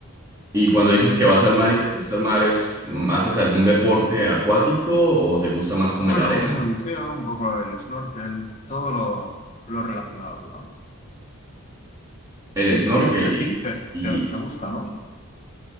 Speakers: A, on the right; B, on the left.
A: Y cuando dices
B: sin ninguna.
A: que vas al mar y te gusta el mar, es, mm, ¿haces algún deporte acuático o te gusta más como
B: Bueno,
A: en la arena?
B: me gusta el buceo, un poco el snorkel, todo lo, lo relacionado, digamos.
A: El
B: Sí,
A: snorkel
B: sí, sí. Y a
A: y,
B: ti te,
A: y,
B: te, te gusta, ¿no?